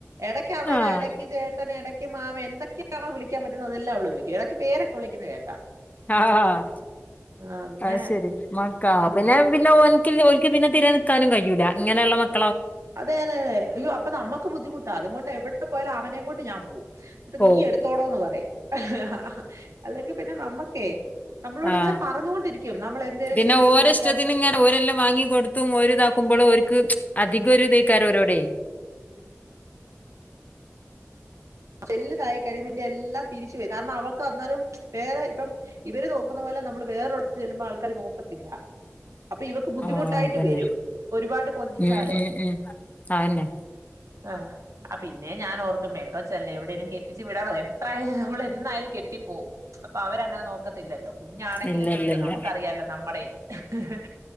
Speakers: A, on the right; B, on the left.
A: എടക്ക് അവന്
B: ആഹ്
A: എടക്ക് ചേട്ടൻ എടക്ക് ക്ക്‌ മാമൻ എന്തൊക്കയാണോ വിളിക്കാൻ പറ്റുന്നത് അതെല്ലാം അവള് വിളിക്കും എടക്ക് പേരൊക്കെ വിളിക്കുന്നത് കേൾക്കാം
B: ആഹ്
A: ആഹ് അങ്ങനെ
B: അത് ശരി മക്കാ
A: ഉം
B: പിന്നാ പിന്നെ നമരിക്കല പിന്നെ തിരേ നിൽക്കാനും കഴൂല്ല ഇങ്ങനെയുള്ള മക്ക്‌
A: അതെ അതെ അതെ അയ്യോ അപ്പ നമുക്ക് ബുദ്ധിമുട്ടാ അതൊകൊണ്ട് എവിടെ പോയാലും അവനെയും കൊണ്ട് ഞാൻ പോവും എന്നിട്ട്
B: പോവും
A: നീ എടുത്തോണോന്ന് പറയും ഹ ഹ ഹ് അല്ലെങ്കിൽ പിന്നെ നമ്മക്കേ നമ്മളോട്
B: ആഹ്
A: ഇങ്ങനെ പറഞ്ഞുകൊണ്ടിരിക്കും നമ്മൾ എന്തേലും
B: പിന്നെ
A: ചെയ്തോണ്ടിരിക്കും
B: ഓരഷ്ടത്തിനും
A: അങ്ങനെ
B: ങ്ങനെ ഓരെല്ലാം വാങ്ങി കൊടുത്തും ഓരിതാക്കും മ്പോൾ ഓര്ക്ക് അധികം ഒരുതക്കാരോ ഓരോടെ
A: വെല്ലു തായി കഴിയുമ്പോ പിന്നെ എല്ലാം തിരിച്ച് വരും കാരണം അവൾക്ക് അന്നരം മ് ച്ച് വേറെ ഇപ്പം ഇവര് നോക്കുന്ന പോല നമ്മള് വേറൊറിടത്ത് ചെല്ലുമ്പോൾ ആൾക്കാര് നോക്കത്തില്ല അപ്പൊ ഇവക്ക് ബുദ്ധിമുട്ടായിട്ട്
B: ആഹ് അതന്നെ
A: വരും ഒരുപാട് കൊഞ്ചിച്ചാലേ
B: ഉം ഉം ഉം അതന്നെ
A: ആഹ് ആ പിന്നെ ഞാൻ ഓർക്കും പെങ്കൊച്ചല്ലേ എവിടേലും കെട്ടിച്ച് വിടണം എത്രായാ നമ്മൾ എന്തായാലും കെട്ടിപ്പോവും അപ്പൊ അവരങ്ങനെ നോക്കത്തില്ലല്ലോ കുഞ്ഞാണെങ്കിലും
B: ഇല്ല
A: വലുത്
B: ഇല്ല ഇല്ല
A: നമുക്കറിയാലോ നമ്മുടെ ഇത് ഇഹ് ഹ്